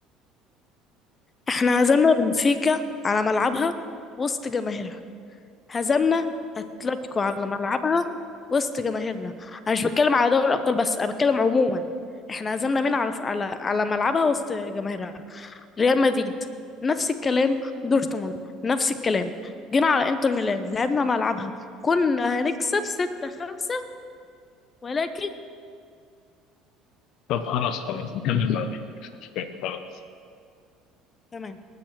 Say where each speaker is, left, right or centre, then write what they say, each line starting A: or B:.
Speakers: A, on the left (about 30°); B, on the left (about 55°).
A: احنا هزمنا بنفيكا على ملعبها وسط جماهيرها هزمنا اتلتيكو على ملعبها وسط جماهيرنا انا مش بتكلم على دوري الابطال بس انا بتكلم عموما احنا هزمنا مين على على على ملعبها وسط جماهيرها ريال مدريد نفس الكلام دورتموند نفس الكلام جينا على انتر ميلان لعبنا ملعبها كنا هنكسب 6 5 ولكن
B: طب خلاص خلاص نكمل بعدين مش مشكله خلاص
A: تمام